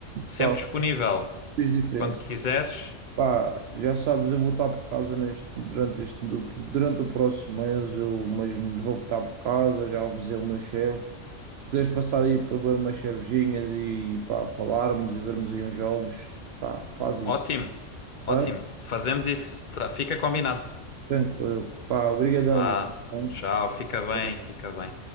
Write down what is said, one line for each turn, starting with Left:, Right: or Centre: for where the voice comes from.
Left: sempre
Right: Pá,
Left: disponível.
Right: fez diferença.
Left: Quando quiseres.
Right: Pá, já sabes, eu vou estar por casa neste, durante este, durante o próximo mês, eu mesmo vou estar por casa, já avisei o meu chefe. Se quiseres passar aí para beber umas cervejinhas e pá, falarmos e vermos aí uns jogos, pá, faz isso.
Left: Ótimo,
Right: ok?
Left: ótimo. Fazemos isso. Tá, fica combinado.
Right: Tranquilo. Pá, obrigadão.
Left: Vá,
Right: Yuri, tá
Left: tchau, fica bem,
Right: bem?
Left: fica bem.